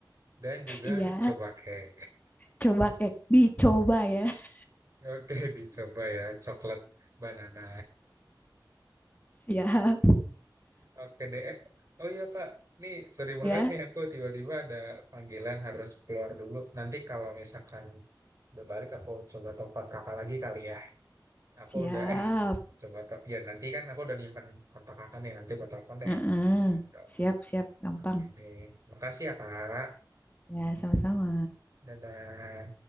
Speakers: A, on the right (about 45°); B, on the left (about 20°).
A: dan juga
B: Iya,
A: coba kek.
B: coba kek dicoba ya. <laughs>
A: <laughs> Oke, dicoba ya coklat banana.
B: Siap
A: Oke deh. Oh iya Kak, nih sorry banget
B: ya,
A: nih aku tiba-tiba ada panggilan harus keluar dulu. Nanti kalau misalkan udah balik aku coba telepon kakak lagi kali ya. Aku
B: siap.
A: udah eh coba tel- ya nanti kan aku udah nyimpen kontak kakak nih nanti aku telepon deh.
B: Mm-mm.
A: Gitu.
B: Siap, siap, gampang.
A: Oke deh. Makasih ya, Kak.
B: Ya, sama-sama.
A: Dadah.